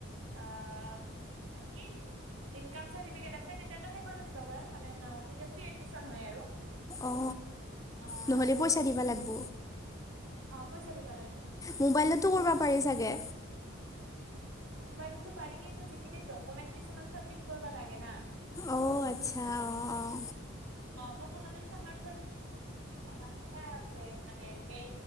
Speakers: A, on the right; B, on the left.
A: অ কি ইনক চাৰ্টিফিকেট আছে তেতিয়া সেইখনো দিব পাৰ মানে তেতিয়া ফ্ৰী এডমিশ্যন হয় আৰু
B: অ অ
A: অ',
B: নহ'লে
A: আৰু
B: পইচা দিবা লাগিব
A: অ পইচা দিব
B: মোবাইলতো কৰিব পাৰি চাগে
A: ম পাৰ কিন্তু যিখিনি উমে কিছুমান চাবমিট কৰিবা লাগে না
B: অঁ আচ্ছা অঁ অঁ
A: উ প্ৰথাৰ যিেই